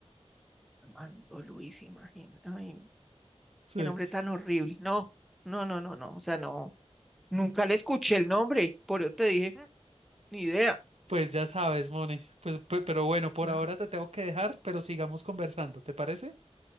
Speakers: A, in the centre; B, on the right.
A: Armando Luis, imagina. Ay,
B: Sí,
A: qué nombre tan horrible. No, no, no, no, no. O sea, no. Nunca le escuché el nombre, por eso te dije, "Mm, ni idea.
B: pues ya sabes, Moni. Pues, pe- pero bueno, por
A: Ajá.
B: ahora te tengo que dejar, pero sigamos conversando, ¿te parece?